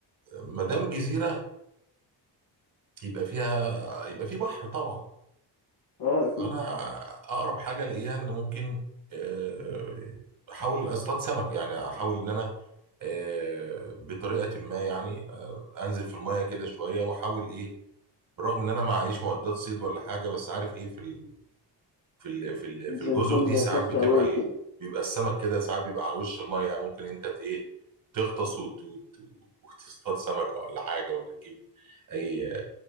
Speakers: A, on the right (about 50°); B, on the left (about 70°).
A: ما دام جزيره يبقى فيها يبقى في بحر طبعا
B: اه
A: فانا
B: اكيد
A: اقرب حاجه الاقيها ان ممكن آه، احاول اصطاد سمك يعني احاول ان انا آه، بطريقه ما يعني آه، انزل في الميه كده شويه واحاول ايه بالرغم ان انا ما معيش معدات صيد ولا حاجه بس عارف ايه في ال... في ال... في ال... في الجزر
B: زي فيلم
A: دي ساعات
B: كاستاوي
A: بتبقى ال...
B: كده
A: بيبقى السمك كده ساعات بيبقى على وش الميه يعني ممكن انت ت- ايه تغطس وت... وت... وتصطاد سمكه ولا حاجه ولا تجيب اي